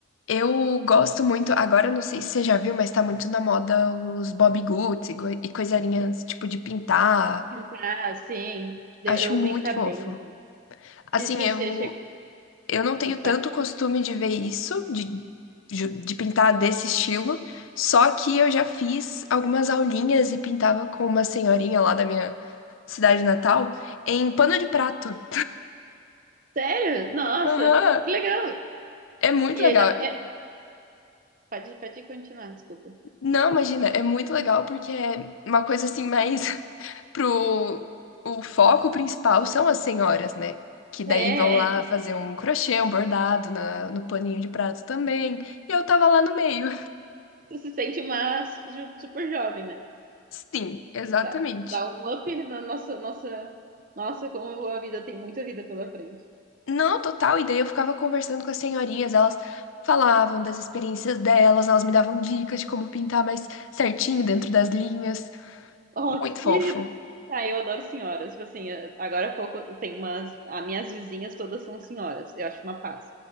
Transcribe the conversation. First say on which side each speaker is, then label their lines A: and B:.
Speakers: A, on the left; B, on the right.
A: Eu gosto muito, agora eu não sei se você já viu, mas tá muito na moda os Bobbie Goods e, goi- e coisarinhas tipo de pintar.
B: Tá, sim, eu
A: Acho muito
B: vi que tá
A: fofo.
B: bem.
A: Assim,
B: Deixa
A: eu,
B: eu
A: eu não tenho
B: Opa,
A: tanto
B: pode falar.
A: costume de ver isso, de, de de pintar desse estilo, só que eu já fiz algumas aulinhas e pintava com uma senhorinha lá da minha cidade natal em pano de prato.
B: Sério? Nossa,
A: Aham,
B: que legal.
A: É muito
B: E
A: legal.
B: aí dá. uma- é, pode, pode continuar, desculpa.
A: Não, imagina, é muito legal porque é uma coisa assim mais <laughs> pro o foco principal são as senhoras, né? Que daí
B: É,
A: vão lá
B: é, tu
A: fazer um crochê, um bordado na, no paninho de prato também. E eu tava lá no meio.
B: tu se sente uma ju- super jovem, né?
A: <laughs> Sim, exatamente.
B: Dá, dá um up na nossa, nossa. Nossa, como a vida tem muita vida pela frente.
A: Não, total. E daí eu ficava conversando com as senhorinhas, elas falavam das experiências delas, elas me davam dicas de como pintar mais certinho dentro das linhas.
B: Oh, que
A: Muito fofo.
B: querido. Ah, eu adoro senhoras. Tipo assim, eh, agora há pouco eu tenho umas. As minhas vizinhas todas são senhoras. Eu acho uma paz.